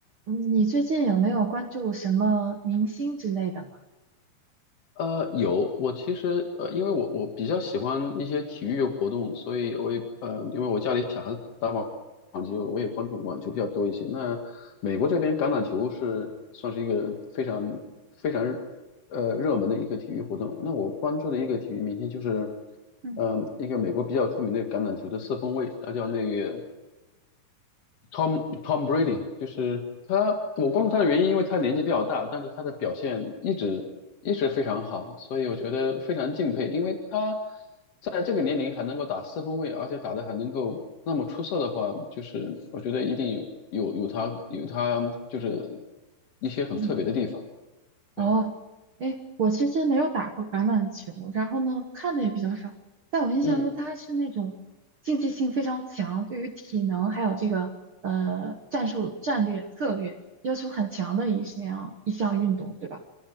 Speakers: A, on the right; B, on the left.
A: 嗯你最近有没有关注什么明星之类的吗？
B: 呃，有，我其实呃，因为我我比较喜欢一些体育活动，所以我也呃，因为我家里小孩子打网网球，我也关注网球比较多一些。那美国这边橄榄球是算是一个非常非常呃热门的一个体育活动。那我关注的一个体育明星就是，
A: 嗯，
B: 嗯、一个美国比较出名的橄榄球的四分卫，他叫那个。Tom Tom Brady，就是他，我关注他的原因，因为他年纪比较大，但是他的表现一直一直非常好，所以我觉得非常敬佩，因为他在这个年龄还能够打四分卫，而且打的还能够那么出色的话，就是我觉得一定有有有他有他就是一些很特别的地方。
A: 嗯
B: 对，
A: 哦，哎，我其实没有打过橄榄球，然后呢，看的也比较少。在我印象中，
B: 嗯，
A: 他是那种竞技性非常强，对于体能还有这个呃战术、战略、策略要求很强的一项一项运动，对吧？